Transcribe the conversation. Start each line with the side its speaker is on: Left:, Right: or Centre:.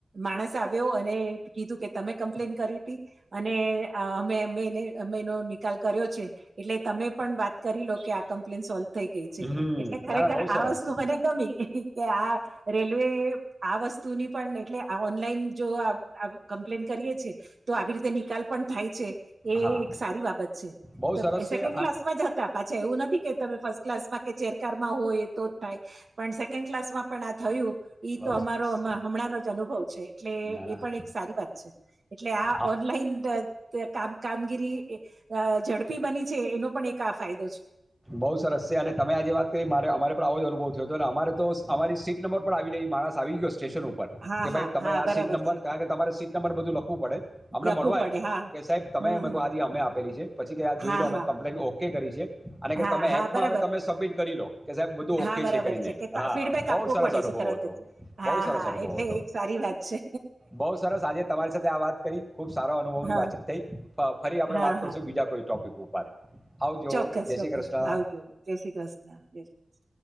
Right: માણસ આવ્યો અને કીધું કે તમે કમ્પ્લેન કરી હતી અને અ અમે અમે ને અમે એનો નિકાલ કર્યો છે એટલે તમે પણ વાત કરી લો કે આ કમ્પ્લેન સોલ્વ થઈ ગઈ છે
Centre: હમ્મ.
Right: એટલે
Centre: ના,
Right: ખરેખર
Centre: ના બહુ સરસ.
Right: આ વસ્તુ મને ગમી કે આ રેલવે આ વસ્તુની પણ એટલે આ ઓનલાઈન જો કમ્પ્લેન કરીએ છી તો તો આવી રીતે નિકાલ પણ થાય છે. એ
Centre: હા,
Right: એક સારી બાબત છે
Centre: બહુ સરસ છે
Right: સેકન્ડ ક્લાસ
Centre: અન
Right: માં જ હતા પાછા એવું નથી કે તમે ફસ <unintelligible> હોય તો જ થાય પણ સેકન્ડ ક્લાસમાં પણ આ થયું ઈતો
Centre: બહુ
Right: અમારો
Centre: સરસ.
Right: આમા હમણાંનો જ અનુભવ છે એટલે
Centre: ના,
Right: એ
Centre: ના.
Right: પણ એક સારી વાત છે એટલે આ
Centre: અ
Right: ઓનલાઈન કામ કામગીરી અ ઝડપી બની છે એનો પણ એક આ ફાયદો છે
Centre: બહુ સરસ્યા અને તમે આજે વાત કરી મારે અમારે પણ આવો જ અનુભવ થયો હતો અને અમારે તો અમારી સીટ નંબર પણ આવી નહી માણસ આવી ગયો સ્ટેસન ઉપર
Right: હા
Centre: કે
Right: હા
Centre: ભાઈ તમે
Right: હા
Centre: આ
Right: બરાબર
Centre: સીટ નંબર
Right: છે
Centre: કારણ કે તમારે સીટ નંબર બધું લખવું પડે અમને
Right: લખવું
Centre: મળવા
Right: પડે
Centre: આયવો કે
Right: હા
Centre: કે સાહેબ તમે
Right: હમ
Centre: અમે
Right: હમ
Centre: હાજી અમે આપેલી છે પછી કે આ
Right: હા
Centre: જોઈ લો અમે
Right: હા
Centre: કમ્પ્લેન ઓકે કરી છે. અને કે
Right: હા
Centre: તમે
Right: હા
Centre: એપમાં
Right: બરાબર
Centre: આવે તમે સબમિટ કરી લો કે સાહેબ બધું
Right: હા
Centre: ઓકે
Right: બરાબર
Centre: છે કરીને
Right: કે
Centre: હા
Right: ફીડબેક
Centre: બહ
Right: આપવો
Centre: સરસ
Right: પડે
Centre: અનુભવ.
Right: છે તરત જ હા
Centre: બવ સરસ
Right: હા
Centre: અનુભવ
Right: એટલે
Centre: હતો.
Right: એક સારી વાત છે
Centre: બવ સરસ આજે તમારી સાથે આ વાત કરી ખૂબ સારો અનુભવની
Right: હા
Centre: વાતચીત થઈ ફરી આપણે
Right: હા
Centre: વાત
Right: હા
Centre: કરશું બીજા કોઈ ટોપિક ઉપર આવજો.
Right: ચોક્કસ ચોક્કસ
Centre: જય શ્રી કૃષ્ણ
Right: આવજો જય શ્રી કૃષ્ણ જય. <unintelligible>